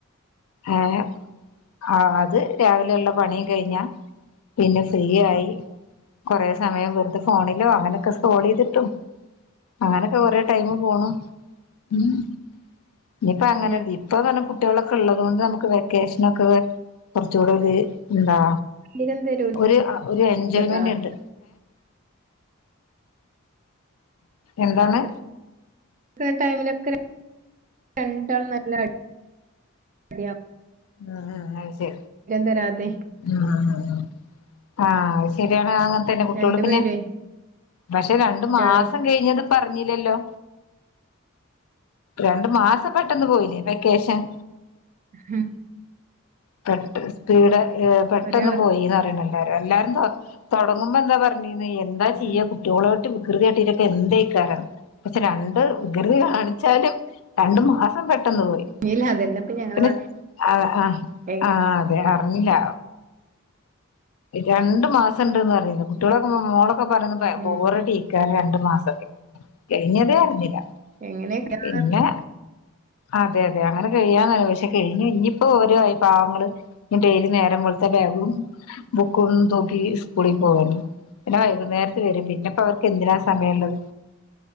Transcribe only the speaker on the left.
എഹ് ആ അത് രാവിലെയുള്ള പണിം കൈഞ്ഞ പിന്നെ ഫ്രീയായി കൊറേ സമയം വെറുതെ ഫോണിലോ അങ്ങനെ ക്ക സോളെയ്തിട്ടും അങ്ങനെക്കെ കുറെ ടൈമ് പോണ് ഉം ഇഞ്പ്പങ്ങനല്ലാ
ഇപ്പം <unintelligible> കുട്ടിയേൾ ഒക്കെ ഉള്ളതുകൊണ്ട് നമുക്ക് വെക്കേഷൻ ഒക്കെ കുറച്ചൂടെ ഒര് എന്താ
ഒരു ഒരു എൻ ജോയ്
മൻ്റ്ണ്ട് എന്താണ്
ആ അത് ശരി
അ ആഹാഹ ആ, ശരിയാ ആ അങ്ങനെ തന്നെ കുട്യോള്
പിന്നെ,
പക്ഷേ രണ്ടുമാസം
കഴിഞ്ഞത് ഇപ്പർഞ്ഞില്ലല്ലോ രണ്ടുമാസം പെട്ടെന്ന് പോയില്ലേ, വെക്കേഷൻ
പെട്ട് സ്പീഡ് ഏ പെട്ടെന്ന്
പോയി ന്ന് പറിണ് എല്ലാരും എല്ലാരും തൊടങ്ങുമ്പോ എന്താ പറഞ്ഞീ ന്നെ എന്താ ചെയ്യാ
കുട്യോളായിട്ട്. കൃതി കാട്ടീട്ടൊക്കെ എന്തേക്കാരം പക്ഷേ രണ്ട് വികൃതി കാണിച്ചാലും. രണ്ട് മാസം പെട്ടെന്ന് പോയി,
പിന്നെ
സ് ആ,
ആ അതെ, അറിഞ്ഞില്ല രണ്ടുമാസം ഉണ്ട് ന്നു പറഞ്ഞീന്നു കുട്ടിയേളൊക്കെ മോളൊ ക്കെ പർഞ്ണ്
ബോറടിയേക്കാരം രണ്ടുമാസൊക്കെ കെഴിഞ്ഞതേ അർഞ്ഞില
പിന്നെ അതെ, അതെ അങ്ങനെ കയ്യാന്നാ ചോയ്ച്ചെ കയ്ഞ് ഇഞ്ഞിപ്പോ ഓൽ പാവങ്ങള് ഡെയിലി നേരം വെളുത്ത് ബാഗും ബുക്കും തൂക്കി സ്കൂളിൽ പോവല്ലോ, പിന്നെ വൈകുന്നേരത്ത് വരും, പിന്നെ അവർക്ക് എന്തിനാ സമയമുള്ളത്.